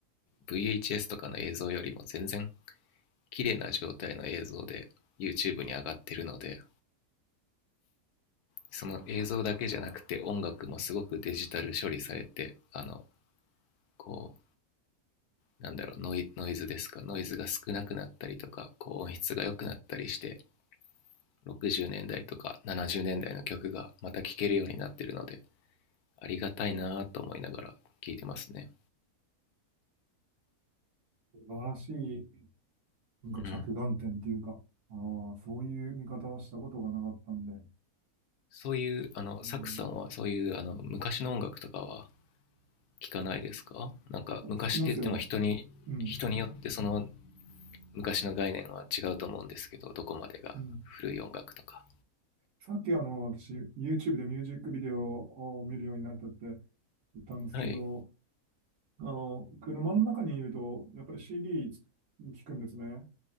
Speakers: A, on the left (about 75°); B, on the right (about 85°).
A: VHS とかの映像よりも全然綺麗な状態の映像で YouTube に上がってるのでその映像だけじゃなくて音楽もすごくデジタル処理されてあのこうなんだろうノイノイズですかノイズが少なくなったりとかこう音質が良くなったりして60年代とか70年代の曲がまた聴けるようになってるのでありがたいなと思いながら聴いてますね。
B: 素晴らしい。なんか着眼点っていうか、
A: うん
B: ああ、そういう見方はしたことがなかったんで、
A: そういう、あの、
B: うん、
A: サクさんはそういうあの昔の音楽とかは聴かないですかなんか昔って言っても人に、
B: 聞きますよ。うん、
A: 人によってその昔の概念は違うと思うんですけどどこまでが古い音楽とか
B: うん。さっきあの、私、YouTube でミュージックビデオを見るようになったって言ったんですけど、
A: はい
B: あの、車の中にいると、やっぱり CD 聞くんですね。